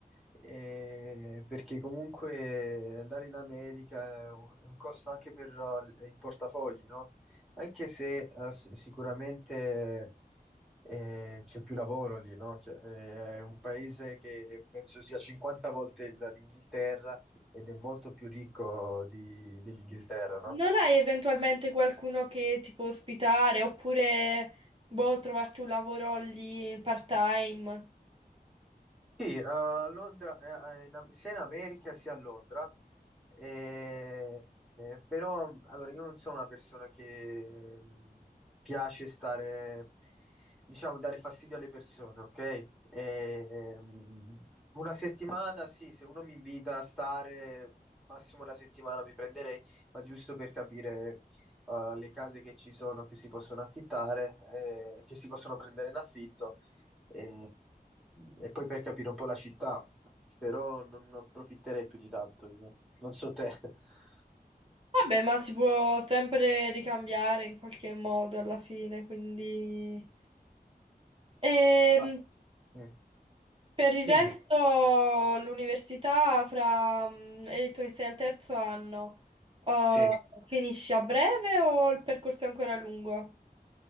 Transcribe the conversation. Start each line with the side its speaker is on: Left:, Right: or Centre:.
Centre: eh, perché comunque andare in America è un, è un costo anche per eh, il portafogli, no? Anche se eh, si- sicuramente eh, c'è più lavoro lì, no? Che- eh, è un paese che penso sia 50 volte il- l'Inghilterra ed è molto più ricco di- dell'Inghilterra, no?
Right: Non hai eventualmente qualcuno che ti può ospitare oppure, boh, trovarti un lavoro lì part-time?
Centre: Sì, eh, a Londra, eh, eh, in Am- sia in America sia a Londra, Eh, eh, però allora io non sono una persona che mm, piace stare, diciamo, dare fastidio alle persone, ok? Eh, mm, una settimana, sì, se uno mi invita a stare, massimo una settimana mi prenderei, ma giusto per capire eh, le case che ci sono, che si possono affittare, eh, che si possono prendere in affitto e, e poi per capire un po' la città, però non approfitterei più di tanto io. Non so te. <laughs>
Right: Vabbè, ma si può sempre ricambiare in qualche modo alla fine, quindi... Ehm,
Centre: Ma- mm.
Right: per il resto,
Centre: Dimmi,
Right: l'università fra... mm, hai detto che sei al terzo anno, Oh,
Centre: sì.
Right: finisci a breve o il percorso è ancora lungo?